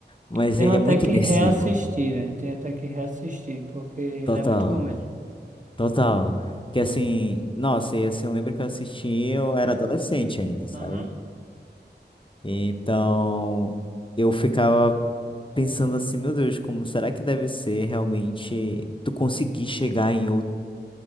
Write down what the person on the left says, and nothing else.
mas
ele
é muito
imersivo.
Total,
total. Que assim, nossa, e assim, eu lembro que eu assisti, eu era adolescente ainda, sabe?
Então, eu ficava pensando assim, meu Deus, como será que deve ser realmente tu conseguir chegar em outra